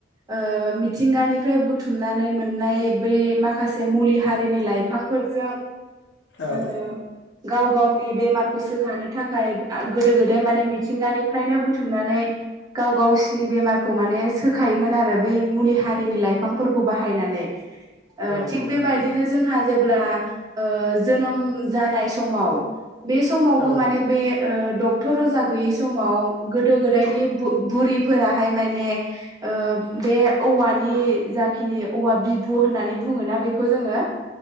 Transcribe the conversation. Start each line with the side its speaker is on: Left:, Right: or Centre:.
Right: ओ‌ मिथिंगानिफ्राय बुथुमनानै मोननाय बै माखासे मुलि हारिनि लाइ फांफोरजों
Left: औ
Right: ओ गाव गाव नि बेमारखौ सोखानो थाखाय गोदो गोदाय माने मिथिंगानिफ्रायनो बुथुमनानै गाव गावसिनि बेमारखौ माने सोखायोमोन आरो बै मुलि हारिनि लाइफांफोरखौ बाहायनानै। ओ
Left: औ
Right: थिग
Left: औ
Right: बेबायदिनो
Left: नंगौ
Right: जोंहा जेब्ला ओ जोनोम जानाय समाव बे समावबो
Left: औ
Right: माने बे ओ डक्टर अजा गैयि समाव गोदो गोदायनि बुरिफोराहाय माने ओ बे औवानि जाखिनि औवा बिबु होननानै बुङोना बेखौ जोङो।